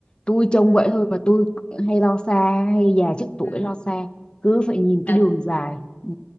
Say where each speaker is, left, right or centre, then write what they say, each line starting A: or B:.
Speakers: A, on the left; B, on the left.
A: tôi trông
B: ừ.
A: vậy thôi mà tôi hay lo xa hay già trước tuổi
B: Ừ.
A: lo xa cứ phải nhìn
B: Tại
A: cái đường dài ừ,